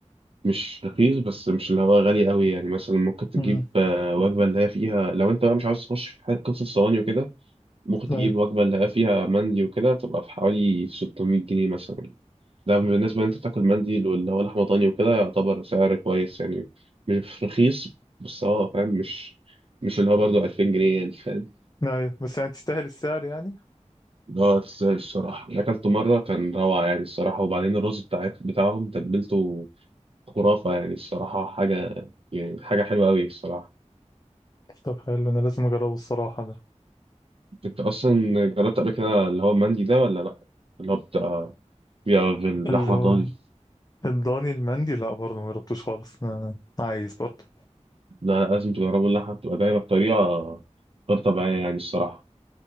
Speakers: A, on the right (about 50°); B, on the left (about 30°).
A: مش رخيص بس مش اللي هو غالي قوي يعني مثلا ممكن تجيب
B: امم
A: آه، وجبه اللي هي فيها لو انت بقى مش عاوز تخش في حاجة- قصه صواني وكده ممكن تجيب
B: ايوه
A: وجبه اللي هي فيها مندي وكده تبقى في حوالي 600 جنيه مثلا ده بالنسبة ان انت بتاكل مندي واللي هو لحمة ضاني وكده يعتبر سعر كويس يعني مش رخيص بس هو فاهم مش مش اللي هو برضه 2000 جنيه يعني فاهم
B: ايوه بس يعني تستاهل السعر يعني
A: اللي هو تستاهل الصراحة اللي أكلته مرة كان روعة يعني الصراحة وبعدين الرز بتاعت بتاعهم تتبيلته خرافة يعني الصراحة حاجة يعني حاجة حلوة أوي الصراحة
B: طب حلو انا لازم اجربه الصراحه ده
A: أنت أصلا جربت قبل كده اللي هو مندي ده ولا لأ؟ اللي هو بتاع بيبقى باللحمة
B: اللي هو
A: الضاني
B: الضاني المندي لا برضه ما جربتوش خالص انا عايز برضه
A: لا لازم تجربوا اللحمة بتبقى دايما بطريقة غير طبيعية يعني الصراحة